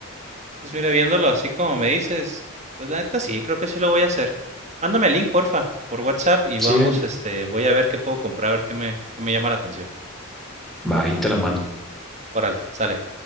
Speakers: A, on the right; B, in the centre.
A: Pues mira, viéndolo así como me dices, pues la neta sí, creo que sí lo voy a hacer. Mándame el link, porfa, por WhatsApp y
B: Sí,
A: vamos,
B: ahí-
A: este, voy a ver qué puedo comprar, a ver qué me, qué me llama la atención.
B: va, ahí te la mando.
A: Órale, sale.